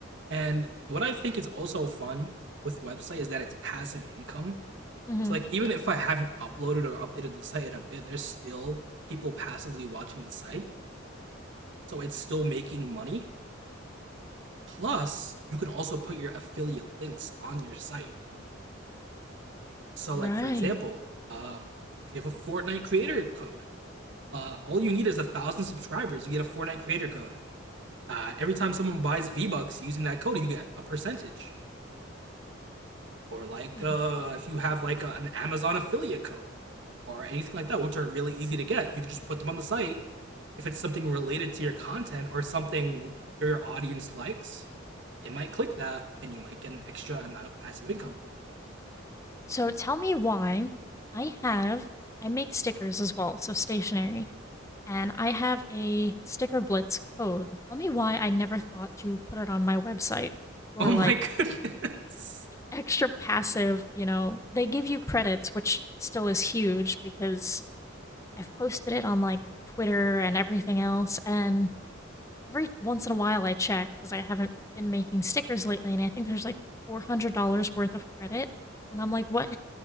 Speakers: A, on the right (about 60°); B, on the left (about 15°).
A: And what I think is also fun with website is that it's passive income.
B: hmm
A: So like even if I haven't uploaded or updated the site in a bit, there's still people passively watching the site. So it's still making money Plus, you can also put your affiliate links on your site. So,
B: Right.
A: like for example, uh, if you have a Fortnite creator code, uh, all you need is a thousand subscribers. You get a Fortnite creator code. Uh, every time someone buys V Bucks using that code, you get a percentage. Or like
B: Right.
A: uh, if you have like a, an Amazon affiliate code or anything like that, which are really easy to get, you can just put them on the site. If it's something related to your content or something your audience likes, it might click that, and you might get an extra amount of passive income.
B: So tell me why I have, I make stickers as well, so stationery, and I have a Sticker Blitz code. Tell me why I never thought to put it on my website or
A: Oh my
B: like
A: goodness.
B: extra passive, you know, they give you credits, which still is huge because I've posted it on like Twitter and everything else. And every once in a while I check because I haven't been making stickers lately. And I think there's like $400 worth of credit. And I'm like, what?